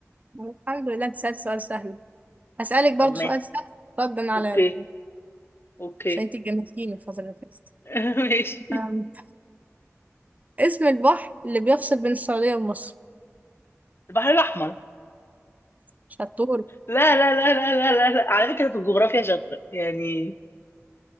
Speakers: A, on the right (about 30°); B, on the left (about 50°).
A: الحمد لله أنت سألت سؤال سهل هسألك برضو
B: طب ماشي
A: سؤال سهل ردا على
B: اوكي اوكي
A: عشان انت جننتيني الفترة اللي فاتت
B: <laughs> ماشي
A: أم، اسم البحر اللي بيفصل بين السعودية ومصر
B: البحر الاحمر
A: شطور
B: لا لا لا لا لا لا, لا. على فكرة في الجغرافيا شاطرة يعني